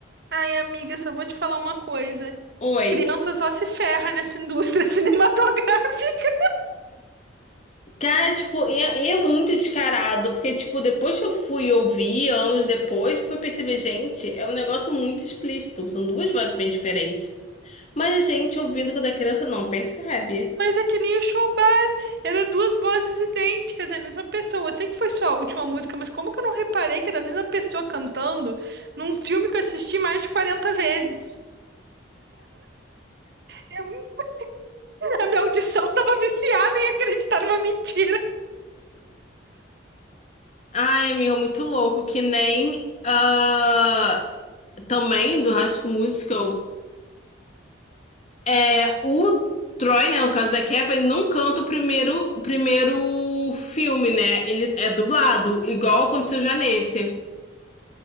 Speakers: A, on the right (about 55°); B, on the left (about 35°).
A: Ai, amiga, só vou te falar uma coisa.
B: Oi,
A: Criança só se ferra nessa indústria <laughs> cinematográfica.
B: Cara, tipo, é, é muito descarado, porque, tipo, depois que eu fui ouvir, anos depois, fui perceber, gente, é um negócio muito explícito, são duas vozes bem diferentes. Mas a gente, ouvindo quando é criança, não percebe.
A: Mas é que nem o show bar, era duas vozes idênticas, é a mesma pessoa. Eu sei que foi só a última música, mas como que eu não reparei que era a mesma pessoa cantando num filme que eu assisti mais de quarenta vezes? Eu- A minha audição tava viciada em acreditar numa mentira.
B: Ai, amigo, é muito louco, que nem, ah, também do High School Musical, é, o Troy, né, no caso da Kevin, ele não canta o primeiro, o primeiro filme, né, ele é dublado, igual aconteceu já nesse.